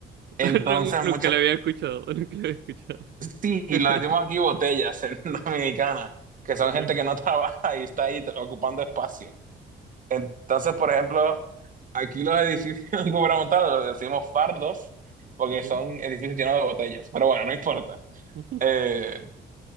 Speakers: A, on the right; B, on the right.
A: <laughs>
B: Entonces,
A: Nun- Nunca
B: mucha-
A: lo había escuchado, <laughs> nunca lo había escuchado.
B: Sí, y
A: <laughs>
B: lo decimos aquí botellas en <laughs> Dominicana, que son
A: ¿Ya?
B: gente que no <laughs> trabaja y está ahí ocupando espacio. Entonces, por ejemplo, aquí los edificios <laughs> gubernamentales los decimos fardos porque
A: ¿Ya?
B: son edificios llenos de botellas, pero bueno, no importa.
A: <laughs>
B: Eh,